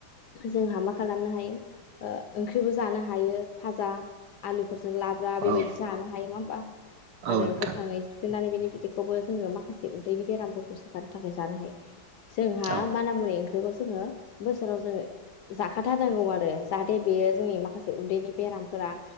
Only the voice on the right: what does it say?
औ
औ नोंथां औ
औ नोंथां औ
नोंथां
औ